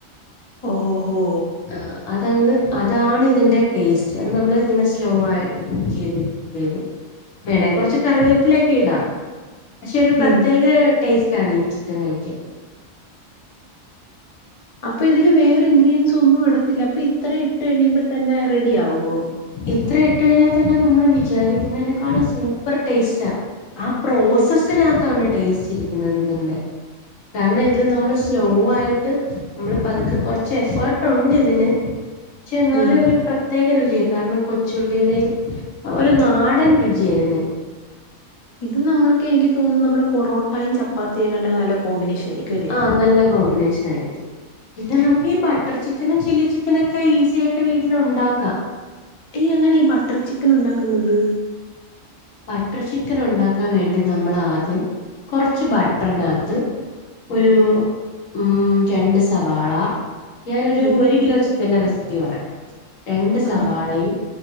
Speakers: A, on the left; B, on the left.
A: ഓഹോഹോ
B: ആ അതങ്ങ് അതാണ് ഇതിന്റെ ടേസ്റ്റ് അത് നമ്മൾ ഇങ്ങനെ സ്ലോ ആയിട്ട് കുക്ക് ചെയ്ത വേണെക്കുറച്ച് കറിവേപ്പിലൊക്കെ ഇടാം പക്ഷെ ഒരു പ്രത്യേക
A: ഉം
B: ടേസ്റ്റ് ആണ് ഈ ചിക്കൻ കഴിക്കാൻ
A: അപ്പൊ ഇതില് വേറെ ഇൻഗ്രീഡിയൻസ് ഒന്നും ഇട ത്തില്ല അപ്പൊ ഇത്ര ഇട്ട് കഴിയുമ്പോ തന്നെ റെഡി ആവുവോ
B: എത്ര ഇട്ട കഴിഞ്ഞാൽ തന്നെ നമ്മൾ വിചാരിക്കുന്നതിനേക്കാളും സൂപ്പർ ടേസ്റ്റ ആ പ്രോസസ്സിനകത്താണ് ടേസ്റ്റ് ഇരിക്കുന്നത് ഇതിന്റെ കാരണം ഇത്
A: ഓക്കെ
B: നമ്മള് സ്ലോ ആയിട്ട് നമ്മൾ പതുക്കെ കൊറച്ച് എഫേർട്ട് ഉണ്ട് ഇതിന് പക്ഷെ എന്നാല്
A: ഉം
B: ഒരു പ്രത്യേക രുചിയാണ് കാരണം കൊച്ചുള്ളിയുടെയും ഒരു നാടൻ രുചിയായതിന്
A: ഇത് നമ്മൾക്ക് എനിക്ക് തോന്നുന്നു നമ്മുടെ പൊറോട്ടയും ചപ്പാത്തിയയുംക്കെ കേട്ടെെ നല്ല കോമ്പിനേഷൻ ആയിരിക്കും അല്ലേ
B: ആഹ നല്ല കോമ്പിനേഷൻ പിന്നെ നമുക്ക് ഈ ബട്ടർ ചിക്കനും ചില്ലി ചിക്കനൊക്കെ ഈസി ആയിട്ട് വീട്ടിൽ ഉണ്ടാക്കാം
A: ഈ എങ്ങനെ ഈ ബട്ടർ ചിക്കൻ ഉണ്ടാക്കുന്നത്
B: ബട്ടർ ചിക്കൻ ഉണ്ടാക്കാൻ വേണ്ടി നമ്മൾ ആദ്യം കുറച്ച് ബട്ടർനകത്ത് ഒരു ഉ രണ്ട് സവാള ഞാനൊ ഒരു
A: ഉം
B: ഒരു കിലോ ചിക്കൻന്റെ റെസിപ്പി പറയാ രണ്ട് സവാളയും
A: ആഹ്